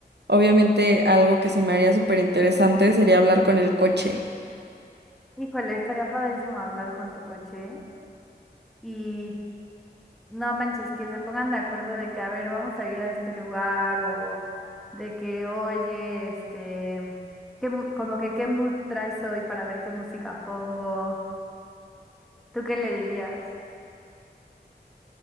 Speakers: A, on the right; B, in the centre.
A: obviamente algo que se me haría súper interesante sería hablar con el coche.
B: Híjole, estaría padrísimo hablar con tu coche y no manches, que se pongan de acuerdo de que, a ver, vamos a ir a este lugar o de que, oye, este, qué mu- como que qué mood traes hoy para ver qué música pongo. ¿Tú qué le dirías?